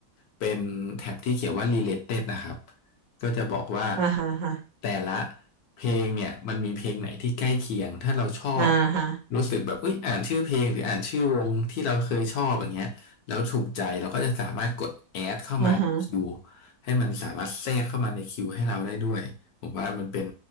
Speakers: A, on the left; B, on the right.
A: เป็นแท็บที่เขียนว่า related นะครับก็จะบอกว่า
B: อ่าฮะฮะ
A: แต่ละเพลงเนี่ยมันมีเพลงไหนที่ใกล้เคียงถ้าเราชอบ
B: อ่าฮะ
A: รู้สึกแบบเอ้ยอ่านชื่อเพลงหรืออ่านชื่อวงที่เราเคยชอบอย่างเงี้ยแล้วถูกใจเราก็จะสามารถกด add เข้ามาในคิว
B: อ่าฮะ
A: ให้มันสามารถแทรกเข้ามาในคิวให้เราได้ด้วย ผมว่ามันเป็น